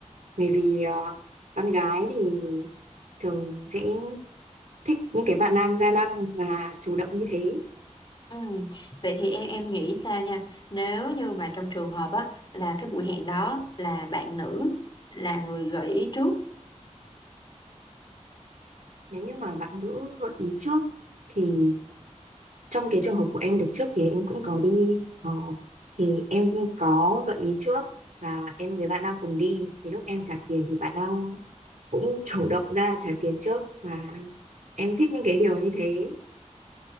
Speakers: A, on the right; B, on the left.
A: Bởi vì ờ, con gái thì thường sẽ thích những cái bạn nam ga lăng và chủ động như
B: Ừ.
A: thế.
B: Ừ. Vậy thì em em nghĩ sao nha nếu như mà trong trường hợp á là cái buổi hẹn đó là bạn nữ là người gợi ý trước
A: Nếu như mà bạn nữ gợi ý trước thì trong cái trường hợp của em đợt trước thì em cũng có đi ờ, thì em có gợi ý trước và em với bạn nam cùng đi thì lúc em trả tiền thì bạn nam cũng <laughs> chủ động ra trả tiền trước và em thích những cái điều như thế